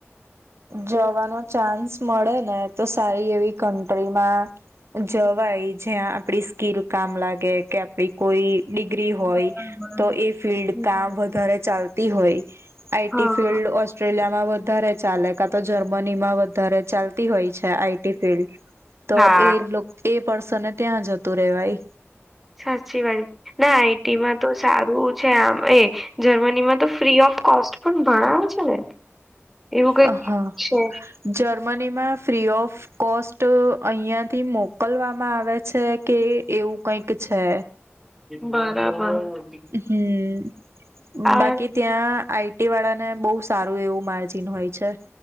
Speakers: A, on the right (about 65°); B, in the centre.
A: જવાનો ચાન્સ મળે ને તો સારી એવી કન્ટ્રીમાં જવાય જ્યાં આપડી સ્કીલ કામ લાગે કે, આપડી કોઈ ડિગ્રી હોય
B: બરાબર
A: તો એ ફિલ્ડ
B: હમ
A: કા વધારે ચાલ તી હોય. આઈ
B: હા
A: ટી ફિલ્ડ ઓસ્ટ્રેલિયા માં વધારે ચાલે કા તો જર્મની માં વધારે ચાલતી હોય છે આઈ ટી ફિલ્ડ. તો
B: હા
A: એ લોક એ પર્સન ને ત્યાં જતું રેવાય.
B: સાચી વાત ના આઈ ટી માં તો સારું છે આમ એ જર્મની માં તો ફ્રી ઓફ કોસ્ટ પણ ભઆવ છે ને? એવું કઈક
A: અ હા
B: છે
A: જર્મન નીમાં ફ્રી ઓફ કોસ્ટ અહંથી મોકલવામાં આવે છે કે એવું કંઈક છે.
B: બરાબર.
A: હમ્મ,
B: આ
A: બાકી ત્યાં આઈ ટી વાળા ને બહુ સારું એવું માર્જિન હોય છે.